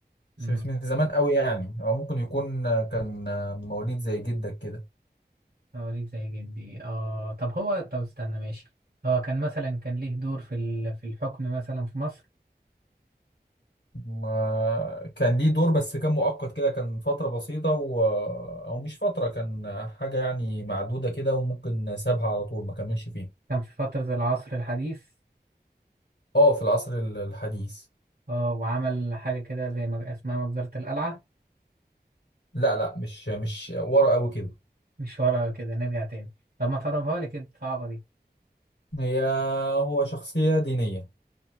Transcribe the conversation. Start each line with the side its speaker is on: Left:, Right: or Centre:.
Right: امم
Left: بس مش من زمان قوي يعني او ممكن يكون آه، كان آه، مواليد زي جدك كده
Right: هوريك زي جدي اه طب هو طب استنى ماشي هو كان مثلا كان ليه دور في ال- في الحكم مثلا في مصر
Left: ما كان ليه دور بس كان مؤقت كده كان فترة بسيطة و... آه، او مش فترة كان حاجة يعني معدودة كده وممكن سابها على طول ما كملش فيها
Right: كان في فترة العصر الحديث
Left: اه في العصر الحديث
Right: اه وعمل حاجة كده زي ما اسمها مجزرة القلعة
Left: لا لا مش مش ورا قوي كده
Right: مش ورقة كده نرجع تاني طب ما تقربها لي كده صعبة دي
Left: هي هو شخصية دينية